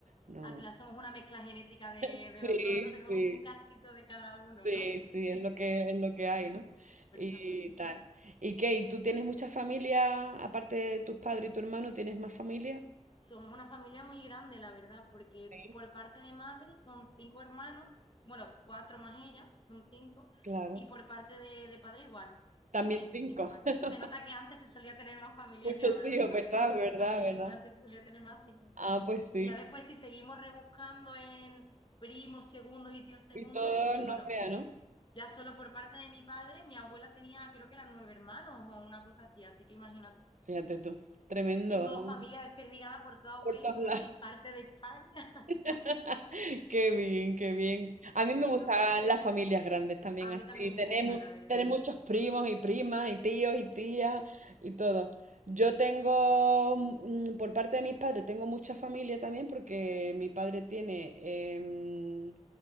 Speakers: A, on the right (about 75°); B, on the left (about 40°).
A: No.
B: Al final somos una mezcla genética
A: <laughs>
B: de, de
A: Sí,
B: los dos, ¿no? Tenemos
A: sí.
B: un cachito de cada uno,
A: Sí,
B: ¿no?
A: sí, es lo que, es lo que hay,
B: Así que,
A: ¿no?
B: Por
A: Y
B: esa parte.
A: tal. ¿Y qué? ¿Y tú tienes mucha familia, aparte de tus padres y tu hermano, tienes más familia?
B: Somos una familia muy grande, la verdad, porque
A: Sí.
B: por parte de madre son cinco hermanos, bueno, cuatro más ella, son cinco,
A: Claro.
B: y por parte de, de padre igual,
A: También
B: también,
A: cinco.
B: cinco hermanos.
A: <laughs>
B: Se nota que antes se solía tener más familia
A: Muchos
B: que ahora,
A: tíos,
B: ¿verdad?
A: ¿verdad?
B: <laughs>
A: ¿Verdad? ¿Verdad?
B: Antes se solía tener más hijos.
A: Ah, pues
B: Y
A: sí.
B: ya después, si seguimos rebuscando en primos segundos y tíos segundos,
A: Y todos
B: yo,
A: nos
B: bueno,
A: vean, ¿no?
B: ya solo por parte de mi padre, mi abuela tenía, creo que eran nueve hermanos o una cosa así, así que imagínate.
A: Fíjate tú. Tremendo.
B: Tengo
A: ¿no?
B: familia desperdigada por toda
A: Por
B: Huelva
A: todos lados.
B: y parte de España. <laughs>
A: <laughs> Qué bien, qué bien. A mí me
B: ¿Y
A: gustan
B: tú qué?
A: las familias grandes también
B: A mí
A: así.
B: también me
A: Tenemos,
B: gustan, la verdad.
A: tener muchos primos y primas y tíos y tías y todo. Yo tengo, mm, por parte de mis padres, tengo mucha familia también porque mi padre tiene em,